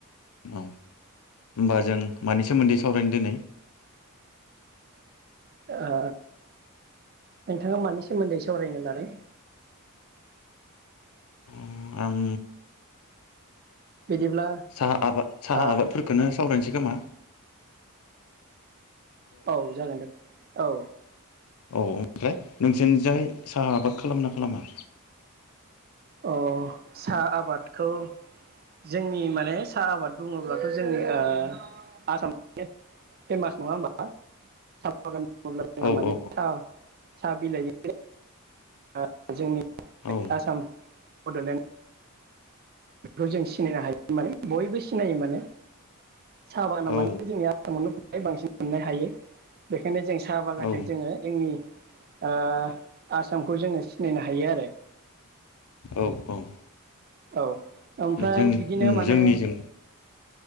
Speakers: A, on the left; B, on the right.
A: औ होमबा जों मानि सोमोन्दै सावरायनो दिनै
B: ओ नोंथाङा मानि सोमोन्दै सावरायनो लादों।
A: ओम आं।
B: बिदिब्ला
A: साहा आबाद साहा
B: ओ
A: आबादफोरखौनो सावरायनोसै गोमा
B: औ जागोन दे औ।
A: औ ओमफ्राय नोंसोरनिजाय साहा आबाद खालामना खालामा
B: अ सा आबादखौ जोंनि माने साहा आबाद बुङोब्लाथ जोंनि ओ आसाम फेमास नङा होमबा सा बागान अब्ला जोंहा
A: औ
B: माने
A: औ
B: सा साबिलाइ ओ जोंनि
A: औ
B: आसाम बडलेण्ड बेखौ जों सिनायनो हायो माने बयबो सिनायो माने साहाबागान आ
A: औ
B: माने जोंनि आसामावनो हाय बांसिन मोननो हायो बे खायनो जों साहा बागानजों
A: औ
B: जोङो जोंनि ओ आसामखौ जोङो सिनायनो हायो आरो
A: औ औ
B: औ ओमफ्राय
A: जोंनि
B: बिदिनो माने
A: जोंनिजों